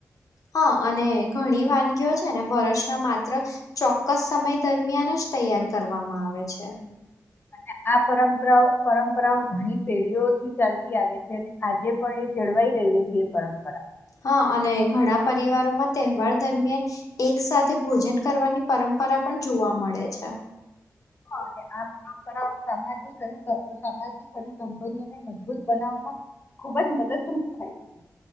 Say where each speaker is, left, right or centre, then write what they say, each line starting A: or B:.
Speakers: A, on the left; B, on the left.
A: હા અને ઘણી વાનગીઓ છે ને વર્ષના માત્ર ચોક્કસ સમય દરમિયાન જ તૈયાર કરવામાં આવે છે.
B: અને આ પરંપરાઓ પરંપરાઓ ઘણી પેઢીઓથી ચાલતી આવે છે અને આજે પણ એ જળવાઈ રહી છે એ પરંપરા.
A: હા અને ઘણા પરિવારોમાં તહેવાર દરમિયાન એક સાથે ભોજન કરવાની પરંપરા પણ જોવા મળે છે.
B: અને આ પરંપરાઓ સામાજિક અને સામાજિક અને સંબંધોને મજબૂત બનાવવામાં ખુબ જ મદદરૂપ થાય છે.